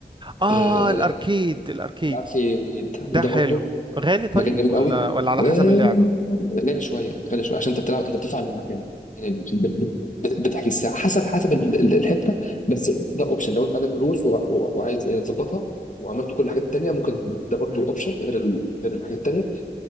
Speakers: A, on the right; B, on the left.
A: اه
B: آه،
A: الاركيد الاركيدز
B: الاركيد
A: ده
B: ده
A: حلو
B: برضه
A: غالي طيب
B: مكان جميل
A: ولا
B: قوي
A: ولا على حسب
B: آه،
A: اللعبة
B: غالي شويه غالي شويه عشان انت بتلعب انت بتدفع للمكان يعني بت- بت- بتحجز الساعه حسب حسب ال- ال- الحته بس ده اوبشن لو انت عندك فلوس وع- وع- وعايز يعني تظبطها وعملت كل الحاجات التانيه ممكن ده برضو
A: امم
B: اوبشن غير ال- غير الحاجات التانيه